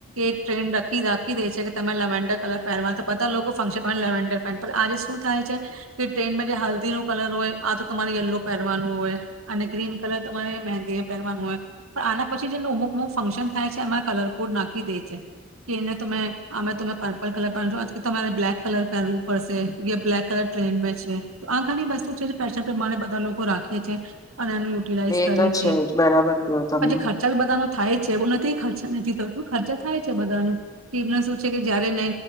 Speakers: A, on the right; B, on the left.
A: એક ટ્રેન રાખી રાખી દે છે કે તમે લેવેન્ડર કલર પહેરવા તો બધા લોકો ફંક્શન લેવેન્ડર પહે આજે શું થાય છે કે ટ્રેનમાં જે હલ્દી નો કલર હોય આ તો તમારે યલો પહેરવાનું હોય અને ગ્રીન કલર તમારે મહેંદીને પહેરવાનું હોય પણ આના પછી જે ઉમુકમુક ફંક્શન થાય છે એમાં કલર કુડ નાખી દે છેે કેને તમે અ તમે પર્પલર પહેન આજ તમારે બ્લલેક કલર પહેનવું પડસે બ્લેક કલર ટ્રેનમાં છે તો આ ઘાની બસ્તુ છે ફેશન પ્રમાણે બધા લોકો રાખીે છે અને એનું યુટિલાઈઝ
B: એ
A: કરે
B: તો
A: છે
B: જ બરાબર કયો તમે.
A: પછી ખર્ચાાલ બધાનો થાય છે નથી ખર્ચા નથી થતો ખર્ચા થાય છે બધાનું કે એમને શું છે કે જયારેને